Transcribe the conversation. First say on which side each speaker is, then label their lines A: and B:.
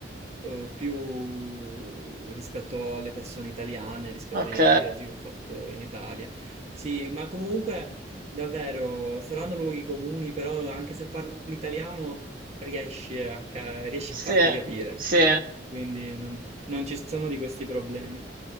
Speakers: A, on the right; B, on the right.
A: eh, più rispetto alle persone italiane, rispetto
B: Ok,
A: agli altri viaggi che ho fatto in Italia. Sì, ma comunque davvero saranno luoghi comuni, però anche se parli italiano riesci a, ca- riesci
B: sì,
A: a farti capire,
B: sì,
A: quindi non non ci sono di questi problemi.